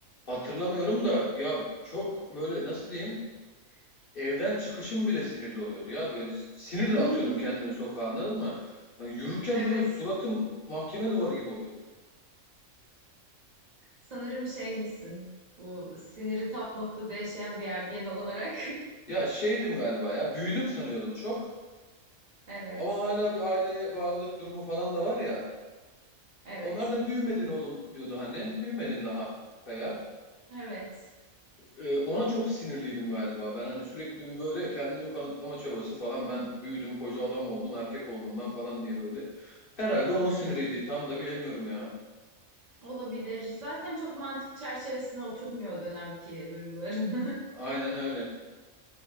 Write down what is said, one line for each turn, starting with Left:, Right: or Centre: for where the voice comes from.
Left: Hatırlamıyorum da ya çok böyle nasıl diyeyim? Evden çıkışım bile sinirli oluyordu ya. Böyle sinirle
Right: <laughs>
Left: atıyordum kendimi sokağa anladın mı? Hani yürürken
Right: Evet.
Left: böyle suratım mahkeme duvarı gibi oluyordu.
Right: Sanırım şey misin? Bu siniri tap noktada yaşayan bir ergen olarak. <laughs>
Left: Ya şeydim galiba ya. Büyüdüm sanıyordum çok.
Right: Evet.
Left: Ama hala bir aileye bağlılık durumu falan da var ya.
Right: Evet.
Left: Onlar da büyümedin oğlum diyordu hani. Büyümedin daha Kaya.
Right: Evet.
Left: Ee, ona çok sinirliydim galiba. Ben hani sürekli bir böyle kendimi kanıtlama çabası falan. Ben büyüdüm, koca adam oldum, erkek oldum ben falan diye böyle. Herhalde onun
Right: Hmm.
Left: siniriydi. Tam da bilemiyorum ya.
Right: Olabilir. Zaten çok mantık çerçevesine oturmuyor o dönemki duyguların.
Left: Aynen öyle.